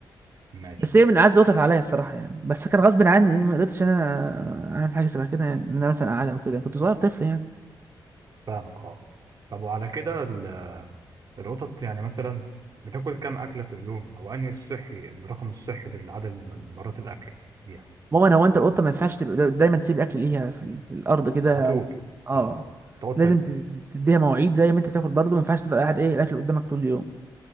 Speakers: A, on the right; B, on the right.
A: ماشي
B: بس
A: تمام
B: هي من اعز وطت عليا الصراحه يعني بس كان غصب عني يعني ما قدرتش ان انا اعمل حاجه شبه كده يعني ان انا مثلا اقعدها او كده كنت صغير طفل يعني
A: فاهمك اه طب وعلى كده ال- القطط يعني مثلا بتاكل كام أكلة في اليوم أو أنهي الصحي الرقم الصحي للعدد الم- مرات الأكل ليها
B: عموما هو انت القطه ما ينفعش تبقى دا- دايما تسيب الاكل ليها في, ال- في الارض كده
A: على طول
B: أو ت- اه
A: اه تقعد
B: لازم
A: تاكل
B: ت- تديها مواعيد زي ما انت بتاكل برضه ما ينفعش تفضل قاعد ايه الاكل قدامك طول اليوم